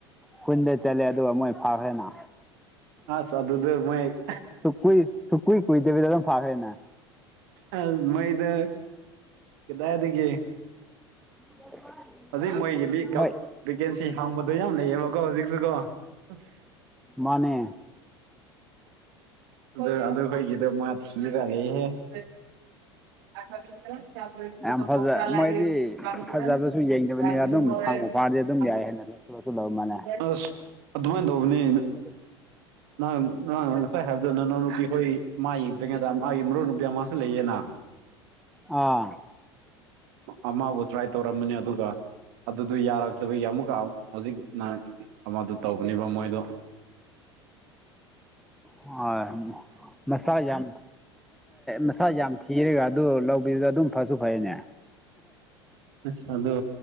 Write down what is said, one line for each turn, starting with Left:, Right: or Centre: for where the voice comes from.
Centre: ꯈꯨꯨꯟꯗ ꯆꯠꯂꯦ ꯑꯗꯨꯒ ꯃꯣꯏ ꯐꯥꯈ꯭ꯔꯦꯅ
Right: ꯑꯁ ꯑꯗꯨꯗ ꯃꯣꯏ
Centre: ꯁꯨ ꯀꯨꯏ ꯁꯨꯀꯨꯏ ꯀꯨꯏꯗꯕꯤꯗ ꯑꯗꯨꯝ ꯐꯥꯔꯦꯅ꯫
Right: ꯑ ꯃꯩꯗ ꯀꯗꯥꯏꯒꯤ
Centre: <unintelligible>
Right: ꯍꯧꯖꯤꯛ ꯃꯣꯏꯒꯤ ꯃꯤꯀꯞ
Centre: ꯃꯣꯏ
Right: ꯚꯦꯀꯦꯟꯁꯤ ꯍꯥꯡꯕꯗꯣ ꯌꯥꯝ ꯂꯩꯌꯦꯕꯀꯣ ꯍꯧꯖꯤꯛꯁꯨꯀꯣ ꯑꯁ
Centre: ꯃꯥꯅꯦ
Right: ꯑꯗꯨ ꯑꯗꯨꯈꯣꯏꯒꯤꯗ ꯃꯥ ꯊꯤꯔꯂꯩ ꯍꯥꯌꯦ ꯫ <unintelligible>
Centre: ꯌꯥꯝ ꯐꯖ ꯃꯣꯏꯗꯤ ꯐꯖꯕꯁꯨ ꯌꯦꯡꯗꯕꯅꯤ
Right: <unintelligible>
Centre: ꯑꯗꯨꯝ ꯐꯪꯕꯨ ꯐꯥꯔꯗꯤ ꯑꯗꯨꯝ ꯌꯥꯏ ꯍꯥꯏꯅ ꯂꯧꯁꯨ ꯂꯧꯕ ꯃꯥꯜꯂꯦ
Right: ꯑꯁ ꯑꯗꯨꯃꯥꯏ ꯗꯧꯕꯅꯦ꯫
Centre: <unintelligible>
Right: ꯅꯪ ꯅꯪ ꯉꯁꯥꯏ ꯍꯥꯏꯕꯗꯨ ꯅꯅꯥꯎ ꯅꯨꯄꯤ ꯍꯣꯏ ꯃꯥ ꯌꯦꯡꯗ꯭ꯔꯤꯉꯩꯗ ꯃꯥꯒꯤ ꯃꯔꯨꯞ ꯅꯨꯄꯤ ꯑꯃꯁꯨ ꯂꯩꯌꯦꯅ꯫ <inaudible>
Centre: ꯑꯥ
Right: ꯑꯃꯕꯨ ꯇ꯭ꯔꯥꯏ ꯇꯧꯔꯝꯕꯅꯦ ꯑꯗꯨꯒ ꯑꯗꯨꯗꯨ ꯌꯥꯔꯛꯇ꯭ꯔꯕꯩ ꯑꯃꯨꯛꯀ ꯍꯧꯖꯤꯛꯅ ꯑꯃꯗꯨ ꯇꯧꯕꯅꯦꯕ ꯃꯣꯏꯗꯣ꯫
Centre: ꯑ ꯃꯁꯥ ꯌꯥꯝ ꯑ ꯁꯥꯥ ꯌꯥꯝ ꯊꯤꯔꯦꯒ ꯑꯗꯨ ꯂꯧꯕꯤꯗꯨꯗ ꯑꯗꯨꯝ ꯐꯁꯨ ꯐꯩꯅꯦ꯫
Right: ꯑꯁ ꯑꯗꯨ